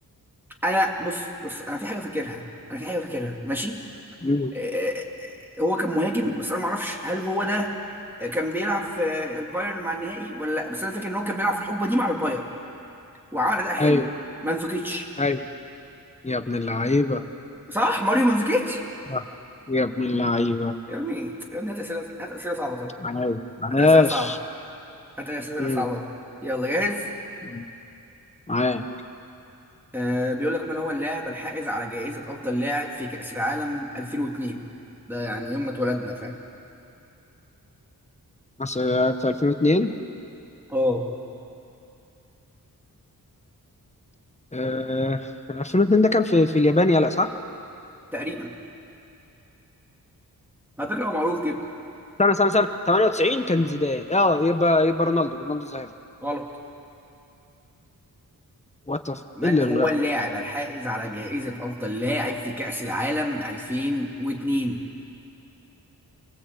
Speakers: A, in the centre; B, on the left (about 20°).
A: انا بص بص انا في حاجة فاكرها انا في حاجة فاكرها ماشي
B: مم.
A: آه، آه، هو كان مهاجم بس انا ما اعرفش هل هو ده كان بيلعب في البايرن مع النهائي ولا لا بس انا فاكر ان هو كان بيلعب في الحقبه دي مع البايرن وعمل اداء حلو
B: ايوه
A: مانزوكيتش
B: ايوه يا ابن اللعيبه
A: صح ماريو مانزوكيتش
B: آه. يا ابن اللعيبه
A: يا ابني يا ابني هات اسئله هات اسئله صعبه طيب
B: عاش عاش
A: هات اسئله صعبه هات اسئله
B: مم.
A: صعبه يلا جاهز
B: مم. عاش
A: آه بيقول لك من هو اللاعب الحائز على جائزه افضل لاعب في كاس العالم 2002 ده يعني يوم ما اتولدنا فاهم
B: أصل في 2002
A: اه
B: آه 2002 ده كان في في اليابان يلا صح
A: تقريبا على فكره هو معروف جدا
B: سنة سنة سنة 98 كان زيدان اه يبقى يبقى رونالدو رونالدو الظاهرة
A: غلط
B: وات
A: من
B: ايه اللي
A: هو
B: لا
A: اللاعب الحائز على جائزة أفضل لاعب في كأس العالم 2002؟